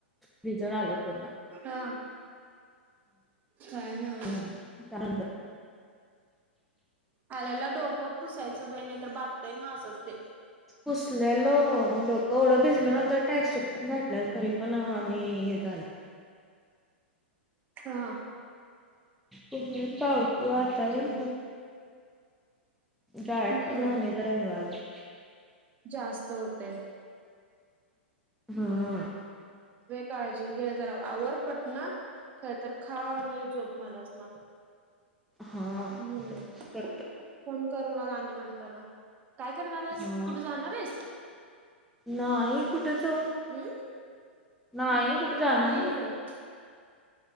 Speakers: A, in the centre; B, on the right.
A: भिजून आलो पूर्ण.
B: हा काय नव.
A: हम्
B: आल्याला डोकं पुसायचं बाई नाही बादतय मग असंच ते.
A: पुसलेलो डोक एवढं भिजल नंतर ट्रॅकसूट तेल घातलेलं पुसल्यालो तरी पण आणि हे झालं
B: हा
A: पाऊसाच वातावरण
B: काय नाही
A: गारट्यान
B: हम्म
A: आणि जरा हे व्हालंय.
B: जास्त होतयं.
A: हम्म
B: काळजी घे जरा आवर पटण काय तर खा आणि झोप म्हणस मग.
A: हा
B: हम्म
A: तसंच करतो.
B: फोन कर मग आणि नंतर न काय करणार आहेस
A: हां.
B: कुठे जाणार हाईस.
A: नाही कुठ जाऊ.
B: हम्म
A: नाही जाणार
B: ये
A: नाही.
B: इकडं.